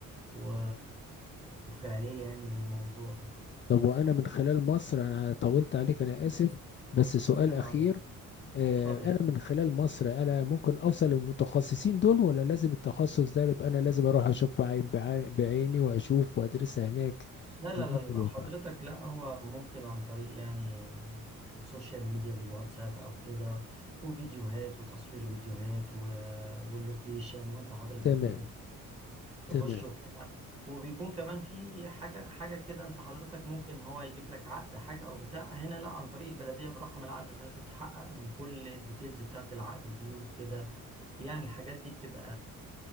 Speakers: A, on the right (about 15°); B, on the left (about 35°).
A: و... وفعلية يعني للموضوع ده
B: طب وانا من خلال مصر انا طولت عليك انا اسف بس سؤال
A: لا
B: اخير آه،
A: اتفضل
B: انا من خلال مصر انا ممكن اوصل المتخصصين دول ولا لازم التخصص ده يبقى انا لازم اروح اشوف عين بعي- بعيني واشوف وادرسها هناك
A: لا لا
B: على
A: لا
B: ارض
A: لا،
B: الواقع
A: حضرتك لا هو ممكن عن طريق يعني السوشيال ميديا بالواتساب او كده وفيديوهات وتصوير فيديوهات و... واللوكيشن وانت حضرتك
B: تمام
A: ممكن تخ- تخش
B: تمام
A: وبتاع وبيكون كمان في حاجة حاجة كده انت حضرتك ممكن هو يجيب لك عقد حاجة او بتاع هنا لا عن طريق البلدية برقم العقد ده تتحقق من كل الديتيلز بتاعت العقد دي وكده يعني الحاجات دي بتبقى